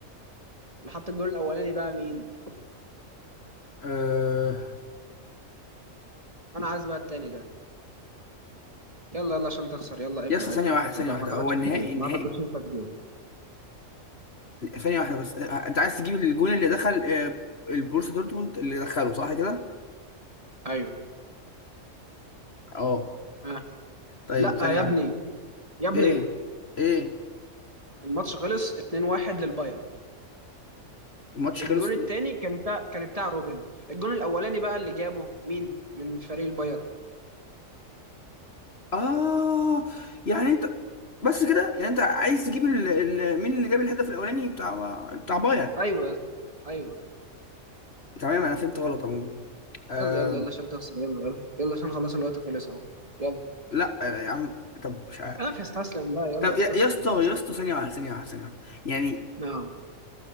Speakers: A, on the right; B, on the left.
A: اللي حط الجون الأولاني بقى مين؟
B: أه...
A: أنا عايز بقى التاني ده يلا يلا عشان تخسر يلا ابلع
B: يا اسطى ثانية
A: ابلع
B: واحدة ثانية
A: ابلع
B: واحدة
A: ما اعتقدش
B: هو النهائي
A: انت تجيب
B: النهائي
A: ما اعتقدش انت تجيب
B: ثانية واحدة بس آه، انت عايز تجيب الجون اللي دخل آه، البروسيا دورتموند اللي دخله صح كده؟
A: ايوه
B: اه
A: آه.
B: طيب
A: لا
B: ثانية
A: آه، يا ابني
B: واحدة
A: يا ابني
B: ايه ايه
A: الماتش خلص 2-1 للباير
B: الماتش
A: الجون
B: خلص
A: التاني كان بتاع كان بتاع روبن الجون الاولاني بقى اللي جابه مين من فريق الباير
B: اه يعني انت بس كده يعني انت عايز تجيب ال... ال... مين اللي جاب الهدف الاولاني بتاع بتاع بايرن
A: ايوه يا اسطى، ايوه
B: تمام انا فهمت غلط عموما آه...
A: يلا يلا يلا عشان تخسر يلا يلا يلا عشان خلاص الوقت خلص اهو يلا
B: لا آه، يا عم طب مش عارف
A: اخ استسلم بقى يلا
B: طب
A: استسلم
B: يا يا اسطى
A: استسلم
B: يا اسطى ثانية واحدة ثانية واحدة ثانية واحدة يعني
A: نعم